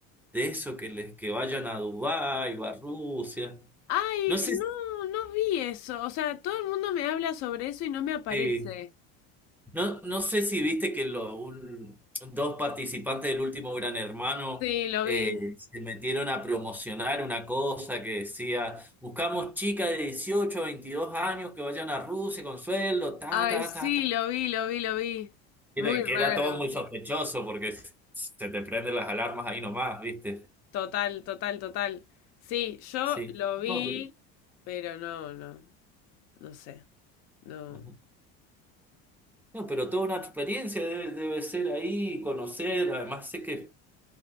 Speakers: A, in the centre; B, on the left (about 55°).
A: de eso, que les, que vayan a Dubái o a Rusia.
B: Ay,
A: No sé
B: no, no vi eso, o sea, todo el mundo me habla sobre eso y no me aparece.
A: si, No, no sé si viste que lo- un- dos participantes del último Gran Hermano
B: Sí, lo
A: eh,
B: vi.
A: se metieron a promocionar una cosa que decía, buscamos chicas de 18 a 22 años que vayan a Rusia con sueldo, ta,
B: Ay,
A: ta,
B: sí,
A: ta, ta.
B: lo vi, lo vi, lo vi.
A: Era-
B: Muy
A: que
B: raro.
A: era todo muy sospechoso porque s- se te prenden las alarmas ahí nomás, ¿viste?
B: Total, total, total. Sí, yo
A: Sí.
B: lo
A: No,
B: vi,
A: pero,
B: pero no, no, no sé, no.
A: ujú. No, pero toda una experiencia debe, debe ser ahí, conocer, además sé que,